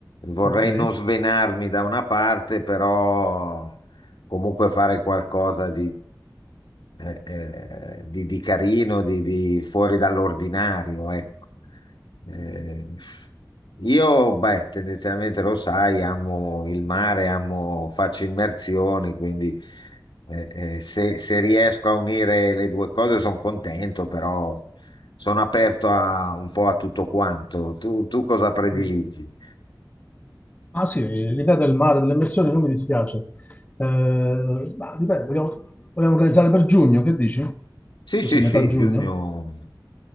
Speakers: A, on the left (about 85°); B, on the left (about 20°).
A: vorrei
B: ok.
A: non svenarmi da una parte, però comunque fare qualcosa eh, eh, di, di carino, di, di fuori dall'ordinario, ecco. Eh, io, beh, tendenzialmente lo sai, amo il mare, amo, faccio immersioni, quindi eh, eh, se, se riesco a unire le due cose sono contento, però sono aperto a, un po' a tutto quanto. Tu, tu cosa prediligi?
B: Mm. Ah sì, l'idea del mare, delle immersioni non mi dispiace. Eh, ma dipende, vogliamo, vogliamo organizzare per giugno, che dici?
A: Sì,
B: Così,
A: sì,
B: metà
A: sì,
B: giugno?
A: giugno.